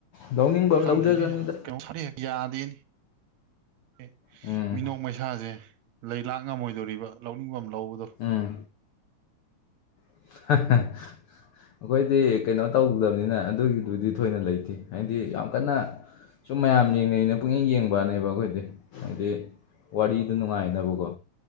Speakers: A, on the left (about 75°); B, on the right (about 75°).
A: ꯂꯧꯅꯤꯡꯕ
B: ꯈꯪꯗꯦꯅꯦ
A: ꯑꯃ ꯂꯧꯖꯖꯅꯤꯗ
B: <unintelligible> ꯌꯥꯗꯦꯅꯦ ꯑꯦ
A: ꯎꯝ
B: ꯃꯤꯅꯣꯛ ꯃꯩꯁꯥꯖꯦ ꯂꯩ ꯂꯥꯛ ꯉꯝꯃꯣꯏꯗꯣꯔꯤꯕ ꯂꯧꯅꯤꯡꯕꯃ ꯂꯧꯕꯗꯣ
A: ꯑꯥ <inaudible> ꯑꯈꯣꯏꯗꯤ ꯀꯩꯅꯣ ꯇꯧꯗꯕꯅꯤꯅ ꯑꯗꯨꯒꯤꯗꯨꯗꯤ ꯊꯣꯏꯅ ꯂꯩꯇꯦ ꯍꯥꯏꯗꯤ ꯌꯥꯝ ꯀꯟꯅ ꯁꯨꯝ ꯃꯌꯥꯝ ꯌꯦꯡꯅꯩꯩꯅ ꯄꯨꯡꯌꯦꯡ ꯌꯦꯡꯕꯅꯦꯕ ꯑꯈꯣꯏꯗꯤ ꯍꯥꯏꯗꯤ ꯋꯥꯔꯤꯗꯨ ꯅꯨꯡꯉꯥꯏꯅꯕꯀꯣ